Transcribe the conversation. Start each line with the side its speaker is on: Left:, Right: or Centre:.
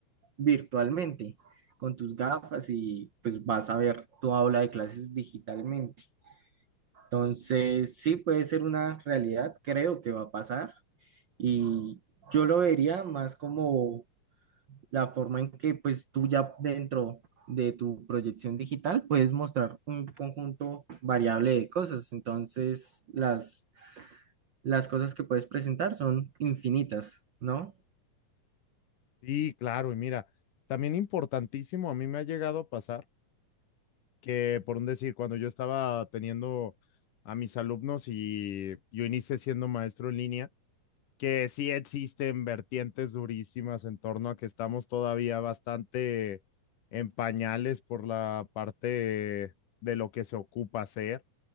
Right: virtualmente con tus gafas y pues vas a ver tu aula de clases digitalmente. Entonces, sí puede ser una realidad, creo que va a pasar y yo lo vería más como la forma en que pues tú ya dentro de tu proyección digital puedes mostrar un conjunto variable de cosas. Entonces, las, las cosas que puedes presentar son infinitas, ¿no?
Left: Sí, claro, y mira, también importantísimo, a mí me ha llegado a pasar que por un decir, cuando yo estaba teniendo a mis alumnos y yo inicié siendo maestro en línea, que sí existen vertientes durísimas en torno a que estamos todavía bastante en pañales por la parte de lo que se ocupa hacer.